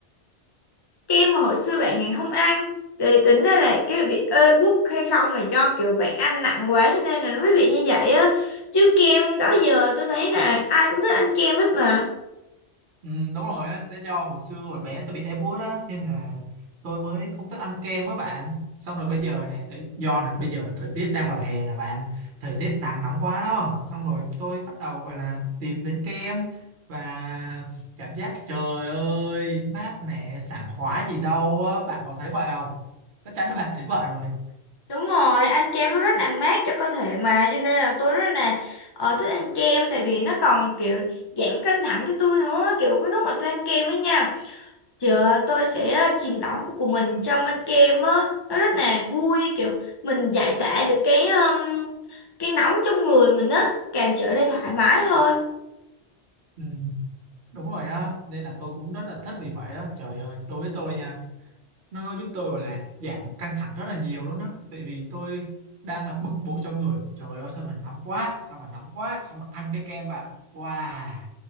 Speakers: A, on the left; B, on the right.
A: Kem mà hồi xưa bạn không ăn Thì tính ra là cái bị ê buốt hay không Mà do kiểu bạn ăn nặng quá Cho nên là nó mới bị như vậy á Chứ kem đó giờ tôi thấy là Ai cũng thích ăn kem hết mà
B: ừ, đúng rồi á tại do hồi xưa hồi bé tôi bị ép bút á nên là tôi mới không thích ăn kem á bạn xong rồi bây giờ này tại do là bây giờ thời tiết đang vào hè là bạn thời tiết nắng nóng quá đó xong rồi tôi bắt đầu gọi là tìm đến kem và cảm giác trời ơi mát mẻ sảng khoái gì đâu á bạn có thấy vậy không chắc chắn là bạn thấy vậy rồi
A: Đúng rồi, ăn kem nó rất là mát cho cơ thể mà Cho nên là tôi rất là ờ, thích ăn kem Tại vì nó còn kiểu giảm căng thẳng cho tôi nữa Kiểu cái lúc mà tôi ăn kem ấy nha chờ tôi sẽ ờ, chìm đắm của mình trong anh kem á nó rất là vui kiểu mình giải tỏa được cái um, cái nóng trong người mình á càng trở nên thoải mái hơn
B: ừ. Đúng rồi á, nên là tôi cũng rất là thích vì vậy á. Trời ơi, đối với tôi nha, nó giúp tôi gọi là giảm căng thẳng rất là nhiều luôn á. Tại vì tôi đang là bực bội trong người. Trời ơi, sao mà nóng quá, sao mà nóng quá, sao mà ăn cái kem vào. Wow,